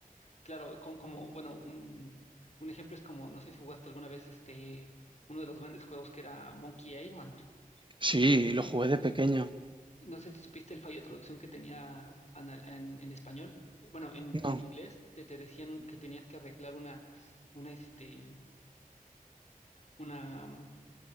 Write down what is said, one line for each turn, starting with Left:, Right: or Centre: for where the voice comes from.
Left: Claro, con, como, bueno, un, un ejemplo es como, no sé si jugaste alguna vez este, uno de los grandes juegos que era Monkey Island.
Right: Sí, lo jugué de
Left: Eh,
Right: pequeño.
Left: No sé si supiste el fallo de traducción que tenía anal- en, en español. Eh, Bueno, en,
Right: No,
Left: en inglés te, te decían un- que tenías que arreglar una, una, este, una, mm,